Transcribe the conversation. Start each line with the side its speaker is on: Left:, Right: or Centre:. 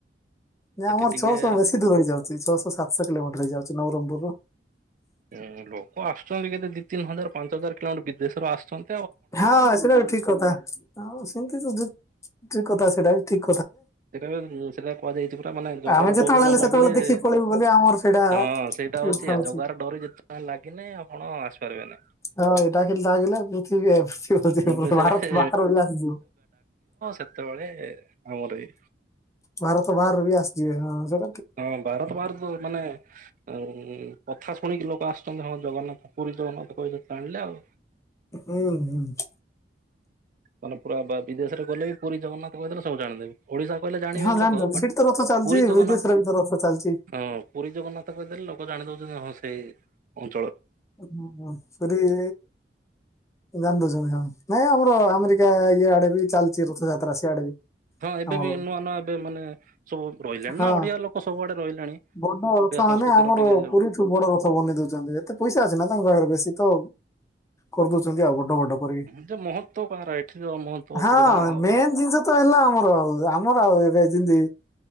Left: ନାଁ
Right: ସେଠି
Left: ଆମର
Right: ଟିକେ
Left: ଛଅଶହ
Right: ମାନେ
Left: ବେଶୀ ଦୂର ହେଇଯାଉଚି। ଛଅଶହ ସାତଶହ କିଲୋମିଟର ହେଇଯାଉଚି ନବରଙ୍ଗପୁରରୁୁ।
Right: ଉଁ ଲୋକ ଆସୁଚନ୍ତି କେତେ ଦି ତିନି ହଜାର, ପାଞ୍ଚ ହଜାର କିଲୋମିଟର ବିଦେଶରୁ ଆସୁଚନ୍ତି।
Left: ହଁ ସେଇଟା ବି ଠିକ୍ କଥା ସେମତି ତ ବି ଠିକ୍ କଥା ସେଇଟା ବି ଠିକ୍ ବୁଝୁଚକି?
Right: ସେଟାରେ ଉ ସେଟା କୁହାଯାଇଚି ପ ତା ମାନେ ଜଗାର
Left: ଆମେ ଯେତେବେଳେ
Right: ଡୋରି ନ
Left: ହେଲେ
Right: ଲାଗିଲେଏ
Left: ସେତେବେଳେ ଦେଖିକି ପଳେଇବୁ ବୋଲି ଆମର ସେଇଟା
Right: ହଁ ସେଇଟା ହଉଚି
Left: ଇର୍ଷା ଅଛି।
Right: ଜଗାର ଡୋରି ଯେ ଲାଗିନି ଆପଣ ଆସିପାରିବେ ନି।
Left: ହଁ ଏଇଟା ଖାଲି ଲାଗିଲା ପୃଥିବୀ ଏଫ୍ ସି ବୋଧେ
Right: ଯେବେ ସେ
Left: ଭାରତ ବାହାରୁ ହେଲେ ଆସିଯିବ।
Right: ସେତେବେଳେଏ ଆମର ଏଇ
Left: ଭାରତ ବାହାରୁ ବି ଆସିଯିବେ ହଁଅଁ ସବ
Right: ହଁ ଭାରତ ବାହାରୁ ତ ମାନେ ଉଁ କଥା ଶୁଣିକି ଲୋକ ଆସୁଚନ୍ତି ହଁ ଜଗନ୍ନାଥ ପୁରୀ ଜଗନ୍ନାଥ କହିଲେ ତ ଆାଣିଲେ ଆଉ।
Left: ହୁଁ ହୁଁ।
Right: ମାନେ ପୁରା ବା ବିଦେଶରେ ଗଲେ ବି ପୁରୀ ଜଗନ୍ନାଥ କଇଦେଲେ ସବୁ ଜାଣିଦେବେ। ଓଡିଶା କହିଲେ ଜାଣିବେନି
Left: ହଁ ଜାଣିଛନ୍ତି
Right: ଲୋକ ବଟ୍
Left: ସେଠି ତ ରଥ ଚାଲିଛି
Right: ପୁରୀ ଜଗନ୍ନାଥ
Left: ବିଦେଶରେ ବି ତ ରଥ ଚାଲିଛି।
Right: ହଁ ପୁରୀ ଜଗନ୍ନାଥ କହିଦେଲେ ଲୋକ ଜାଣି ଦଉଚନ୍ତି ହଁ ସେ ଅ
Left: <unintelligible> ପୁରୀଇ ଜାଣିଦଉ <unintelligible> ନାଇଁ ଆମର ଆମେରିକା ଇଆଡେ ବି ଚାଲିଚି ରଥଯାତ୍ରା ସିଆଡେ ବି।
Right: ହଁ ଏବେ
Left: ଆମର
Right: ବି ନୂଆଁ ନୂଆଁ ଏବେ ମାନେ ସବୁ ରହିଲେଣି
Left: ହଁ
Right: ନାଁ ଓଡିଆ ଲୋକ ସବୁଆଡେ ରହିଲେଣି।
Left: ବଡ ରଥ
Right: ଓଡ଼ିଆ
Left: ମାନେ
Right: ସଂସ୍କୃତିର
Left: ଆମର
Right: ଟିକେ
Left: ପୁରୀ ଠୁ ବଡ ରଥ ବନେଇ ଦଉଛନ୍ତି ଏତେ ପଇସା ଅଛି ନା ତାଙ୍କ ପାଖରେ ବେଶୀ ତ କରିଦଉଛନ୍ତି ଆଉ ଗୋ ବୋଟ୍ କର
Right: ଯେ ମହତ୍ଵ କାହାର ଏଠିର ମହତ୍ଵ
Left: ହଁ
Right: ଅଧିକ ନା ଆଉ।
Left: ମେନ୍ ଜିନିଷ ତ ହେଲା ଆମର ଆମ । ଏବେ ଜିନ୍ଦି